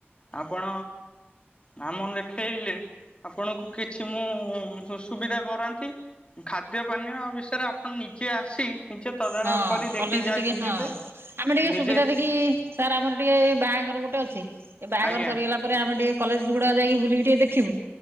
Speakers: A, on the left; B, on the right.
A: ଆପଣ ନାମ ଲେଖେଇଲେ ଆପଣଙ୍କୁ କିଛି ମୁଁ ସୁବିଧା କରାନ୍ତି। ଖାଦ୍ୟ ପାନୀୟ ବିଷୟରେ ଆପଣ ନିଜେ ଆସି ନିଜେ ତଦାରଖ
B: ହଁ
A: କରି ଦେଖି
B: କଲେଜ
A: ଯାଇ
B: ଟିକେ
A: ଯିବେ।
B: ହଁ। ଆମେ ଟିକେ
A: ନିଜେ
B: ସୁବିଧା ଦେଖି ସାର୍ ଆମର ଟିକେ ବାହାଘର ଗୋଟେ ଅଛି। ଏ ବାହାଘର
A: ଆଜ୍ଞା
B: ସରିଗଲା ପରେ ଆମେ ଟିକେ କଲେଜ ଗୁଡ଼ାକ ଯାଇକି ବୁଲିକି ଟିକେ ଦେଖିବୁ।